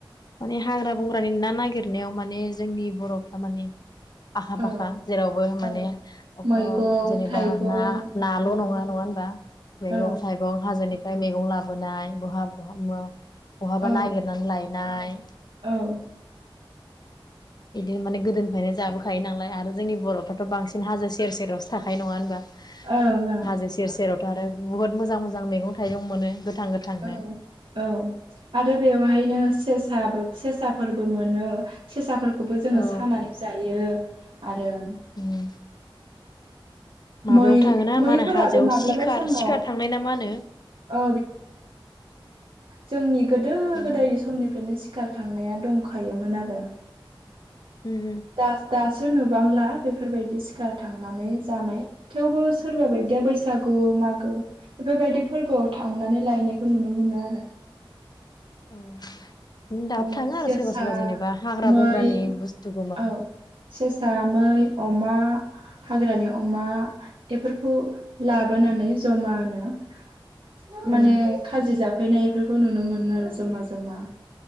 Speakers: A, on the left (about 50°); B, on the right (about 75°).
A: माने हाग्रा-बंग्रानि ना नागिरनायाव माने जोंनि बर'फ्रा माने आखा-फाखा
B: औ
A: जेरावबो माने
B: औ
A: अखल
B: मैगं
A: जेनेबा
B: थाइगं
A: ना नाल' नङा नङा होनबा मैगं-थाइगं
B: औ
A: हाजोनि फ्राय मैगं लाबोनाय बहा बहा मा बहाबा
B: औ
A: नागिरनानै लाय नाय
B: औ औ
A: बिदिनो माने गोदोनिफ्रायनो जाबोखायो नालाय आरो जोंनि बर'फ्राथ' बांसिन हाजो सेर सेरावसो थाखायो नङा होनबा
B: ओं
A: हाजो सेर सेरावथ' आरो बुहुत मोजां मो मैंगं-थाइगं मोनो गोथां गोथांनो
B: औ औ आरो बेवहायनो सेसाबो सेसा फोरबो मोनो सेेसाफोरखौबो जोङो
A: औ
B: सानानै जायो। आरो <inaudible>
A: उम माबायाव
B: मै
A: थाङोना
B: मैफोराबो
A: मा होनो हाजोआव
B: माब्लाबा
A: सिखार
B: समाव
A: सिखार थांनाय ना मा होनो
B: औ जोंनि गोदो
A: उम
B: गोदायनि समनिफ्रायनो <unintelligible> थांनाया दंखायोमोन आरो
A: उम
B: दा दासो नुबांला बेफोरबायदि सिखार थांनानै जानाय थेवबो सोरबा बायदिया बैसागु मागो बेफोरबायदि फोरबोआव थांनानै लायनायखौ नुनो मोनो आरो
A: उम औ दाबो
B: अ
A: थाङो आरो
B: सेसा
A: सोरबा सोरबा जेनेबा हाग्रा
B: मै
A: बंग्रानि बुस्थुखौ मा
B: औ सेसा मै अमा हाग्रानि अमा बेफोर <unintelligible> लाबोनानै जमानो <inaudible> माने
A: उम
B: खाजि जाफैनाय <unintelligible> नुनो मोनो आरो जमा जमा